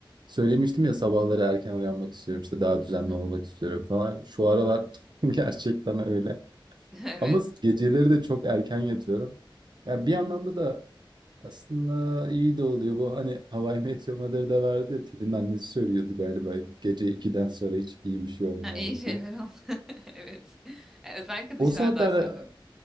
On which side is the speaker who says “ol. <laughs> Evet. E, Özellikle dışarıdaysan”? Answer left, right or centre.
Centre